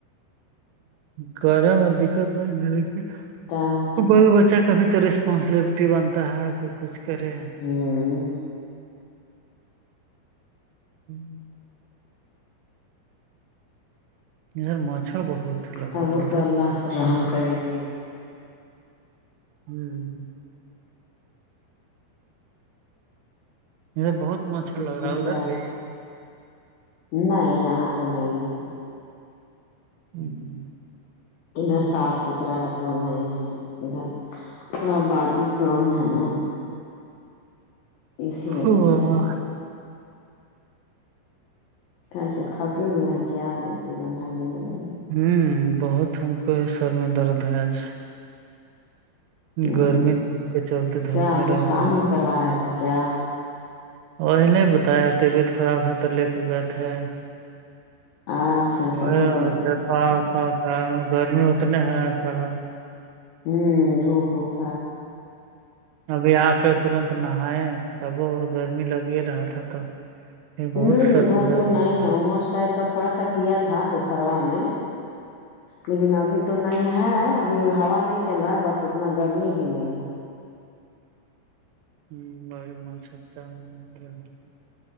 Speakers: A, on the right; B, on the left.
A: کرے میں دقت نہیں <unintelligible>
B: کون <unintelligible>
A: بال بچہ کا بھی تو ریسپانسبلٹی بنتا ہے کہ کچھ کرے
B: ہوں
A: <inaudible> ادھر مچھر بہت لگ
B: تب
A: رہا ہے
B: وہ
A: ادھر
B: تو اللہ رحم کریں گے
A: ہوں <unintelligible> ادھر بہت مچھر
B: کچھ
A: لگ رہا
B: ہو
A: ہے ادھر
B: جائے
A: بھی
B: نہیں یہاں تو نہیں ہے
A: <inaudible>
B: ادھر صاف ستھرا ہے تو نہیں ہے ادھر یہاں آبادی کم ہے نا اسی وجہ
A: بھی
B: سے کیسے تھکے ہوئے ہیں کیا جیسے جمھائی لینے لگا
A: ہوں بہت تھک گئے سر میں درد ہے آج
B: ہوں
A: گرمی دھوپ کے چلتے دھوپ
B: کیا
A: میں
B: کچھ
A: رہ
B: کام
A: گئے
B: وم
A: ہیں
B: کروا رہے تھے کیا
A: وہی نہیں بتایا طبیعت خراب تھا تو لے کے گئے تھے
B: اچھا اچھا
A: <unintelligible>
B: بھول گئے تھے سوری
A: گرمی اتنے ہے کہا
B: ہوں دھوپ واپ
A: ابھی آ کے ترنت نہائے تب وہ گرمی لگ ہی رہا تھا تو یہ
B: نہیں
A: بہت سر
B: ادھر
A: میں درد
B: تو
A: ہو
B: نہیں
A: گیا
B: ہے امس ٹائپ کا تھوڑا سا کیا تھا دوپروا میں لیکن ابھی تو نہیں ہے ابھی ہوا نہیں چل رہا ہے بٹ اتنا گرمی بھی نہیں ہے
A: بڑی <unintelligible>